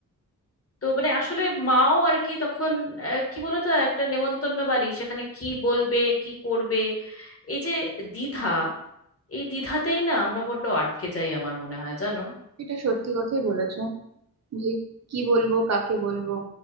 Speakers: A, on the left; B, on the right.
A: তো মানে আসলে মাও আর কি তখন আহ, কি বলতো একটা নেমন্তন্ন বাড়ি সেখানে কি বলবে কি করবে এই যে দ্বিধা এই দ্বিধাতেই না আমরা বড্ড আটকে যাই আমার মনে হয় জানো
B: এটা সত্যি কথাই বলেছো যে কি বলবো কাকে বলবো